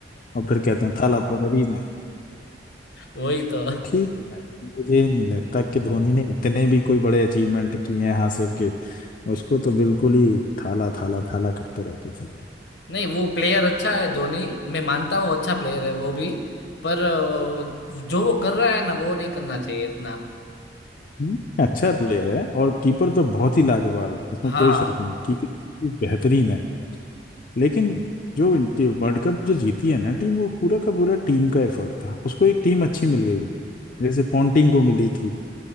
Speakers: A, on the left (about 50°); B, on the left (about 75°).
A: और फिर कहते हैं थाला फॉर ए रीजन
B: वही तो
A: तो ठीक है मुझे नहीं लगता कि धोनी ने इतने भी कोई बड़े अचीवमेंट किए हैं हासिल के उसको तो बिल्कुल ही थाला थाला थाला करते रहते थे
B: नहीं वो प्लेयर अच्छा है धोनी मैं मानता हूँ अच्छा प्लेयर है वो भी पर अ, जो वो कर रहा है ना वो नहीं करना चाहिए इतना
A: हम्म, अच्छा प्लेयर है और कीपर तो बहुत ही लाजवाब है इसमें
B: हाँ
A: कोई शक नहीं कीपिंग की बेहतरीन है लेकिन जो वर्ल्ड कप जो जीती है ना टीम वो पूरा का पूरा टीम का एफर्ट था उसको एक टीम अच्छी मिल गई जैसे पॉन्टिंग को मिली थी